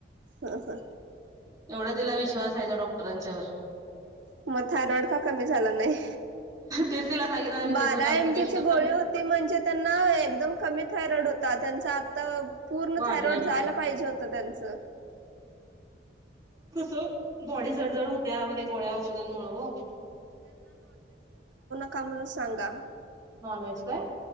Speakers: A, on the right; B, on the right.
A: हा हा
B: एवढा तिला विश्वास आहे त्या डॉक्टरांच्यावर
A: मग थायरॉइड का कमी झाला नाही
B: तेच तिला सांगितलं आम्ही
A: बारा
B: तेच म्हणे आमचे
A: एमजीची
B: मिस्टर
A: गोळी
B: पण
A: होती म्हणजे त्यांना एकदम कमी थायरॉइड होता त्या त पूर्ण
B: वाढलय.
A: थायरॉइड जायला पाहिजे होत त्यांच
B: तो बॉडी जडजड होत्या मध्ये गोळ्या औषधांमुळे ओ
A: का म्हणून सांगा
B: नॉनवेज काय?